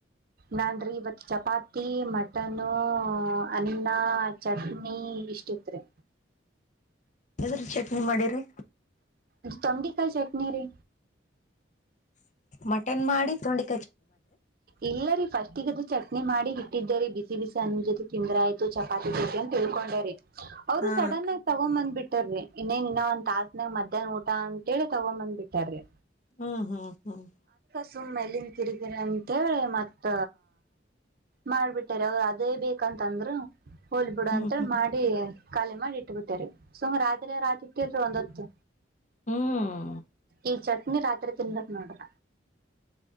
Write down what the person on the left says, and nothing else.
ಎದ್ರ ಚಟ್ನಿ ಮಾಡಿರಿ
ಮಟನ್ ಮಾಡಿ ತೊಂಡಿ
ಹಾ
ಹ್ಮ್ ಹ್ಮ್ ಹ್ಮ್
ಹ್ಮ್
ಹ್ಮ್
ಹ್ಮ್